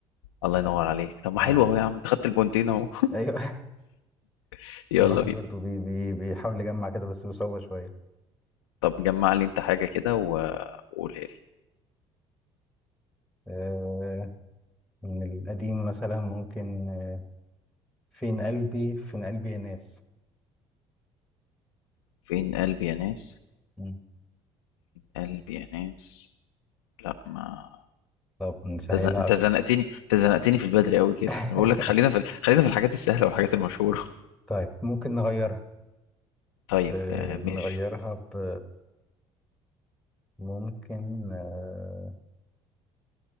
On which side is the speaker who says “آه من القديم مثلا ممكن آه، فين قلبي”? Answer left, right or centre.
Centre